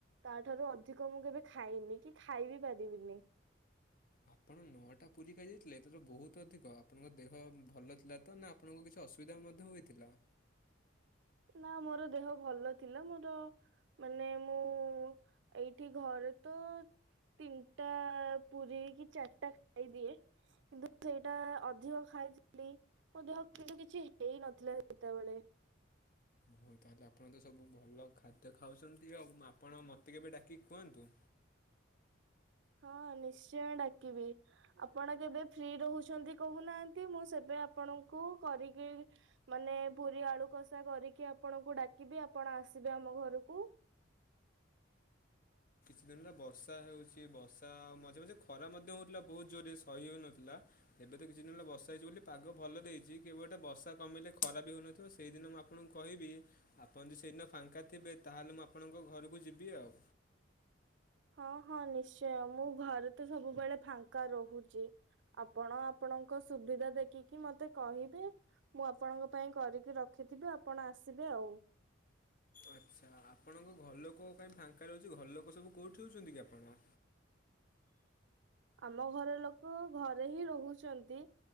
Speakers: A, on the right (about 70°); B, on the left (about 45°).
A: ତା ଠାରୁ ଅଧିକ ମୁଁ କେବେ ଖାଇନି କି ଖାଇ ବିି ପାରିବିନି
B: ଆପଣ ନଅଟା ପୁରୀ ଖାଇଯାଇଥିଲେ ତ ବହୁତ ଅଧିକ ଆପଣଙ୍କ ଦେହ ଭଲ ଥିଲା ତ ନା ଆପଣଙ୍କ କିଛି ଅସୁବିଧା ମଧ୍ୟ ହୋଇଥିଲା।
A: ନା ମୋର ଦେହ ଭଲ ଥିଲା ମୋର ମାନେ ମୁଁ ଏଇଠି ଘରେ ଏ ତ ତିନିଟା ପୀ କି ଚାରିଟା ଖାଇଦିଏ କିନ୍ତୁ ସେଇଟା ଅଧିକ ଖାଇ ଖାଇଥିଲି ମୋ ଦେହ କିନ୍ତୁ କିଛି ହେଇ ନଥିଲା ସେତେବେଳେ
B: ହଉ ତାହେଲେ ଆପଣ ତ ସବୁ ଭଲ ଖାଦ୍ୟ ଖାଉଛନ୍ତି ଆଉ ଆପଣ ମତେ କେବେ ଡାକିକି କୁହନ୍ତୁ।
A: ହ ହଁ ନିଶ୍ଚୟ ଡାକିବି ଆପଣ କେବେ ଫ୍ରି ରହୁଛନ୍ତି କହୁନାହାନ୍ତି ମୁଁ ସେବେ ଆପଣଙ୍କୁ କରିକି ମାନେ ପୁରୀ ଆଳୁ କଷା କରିକି ଆପଣଙ୍କୁ ଡାକିବି ଆପଣ ଆସିବେ ଆମ ଘରକୁ
B: ସେ ଦିନଲା ବର୍ଷା ହେଉଛି ବର୍ଷ ଆଉ ମଝେ ମଝେ ଖରା ମଧ୍ୟ ହେଉଥିଲା ବହୁତ ଜୋରେ କହିହଉନଥିଲା ଏବେ ତ କିଛି ଦିନ ହେଲା ବର୍ା ହେଇଛି ବୋଲି ପାଗ ଭଲ ଦେଇଛି କେବେ ଗଟେ ବର୍ଷା କମିଲେ ଖରାପ ହେଉନଥିଲା। ସେଇଦିନ ମୁଁ ଆପଣଙ୍କୁ କହିବି ଆପଣ ଯଦି ସେଇଦିନ ଫାଙ୍କା ିବେ ତାହେଲେ ମୁଁ ଆପଣଙ୍କ ଘରକୁ ଯିବି ବଓ
A: ହଁ ହଁ ନିଶ୍ଚୟ ମୁଁ ଘରେ ତ ସବୁବେଳେ ଫାଙ୍କା ରହୁଛି ଆପଣ ଆପଣଙ୍କ ସୁବିଧା ଦେଖିକି ମତେ କହିବେ ମୁଁ ଆପଣଙ୍କ ପାଇଁ କରିକି ରଖିଥିବି ଆପଣ ଆସିବେ ଆଉ।
B: ଆଚ୍ଛା ଆପଣଙ୍କ ଘର ଲୋକ କାହିଁ ଫାଙ୍କା ରହୁଛି ଘର ଲୋକ ସବୁ କୋଉଠିଉଛନ୍ତି କି ଆପଣ?
A: ଆମ ଘର ଲୋକ ଘରେ ହିଁ ରହୁଛନ୍ତି।